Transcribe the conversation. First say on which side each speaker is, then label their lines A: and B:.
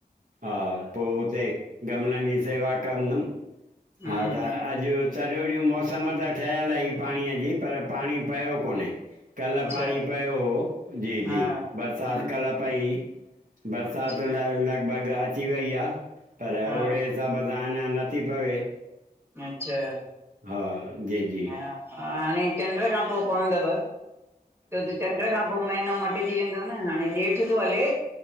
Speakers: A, on the right (about 60°); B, on the right (about 15°).
A: हा पोइ हुते गमलनि जी सेवा कंदुमि
B: हम्म
A: हा त
B: हम्म
A: अॼु सॼो ॾींहुं मौसमु त ठहियलु आही पाणीअ जी पर पाणी पियो कोन्हे। कल्ह
B: अच्छा
A: पाणी पियो हो, जी
B: हा
A: जी
B: हम्म
A: बरसाति कल्ह पई हुई। बरसात
B: अच्छा
A: लॻभग अॼु थी वई आहे, पर
B: हा
A: ओड़े हिसाब सां अञा नथी पवे।
B: अच्छा
A: हा, जी जी
B: हा हाणे चंड खां पोइ पवंदव, छो त चंड खां पोइ महीनो मटजी वेंदो न हाणे जेठ थो हले,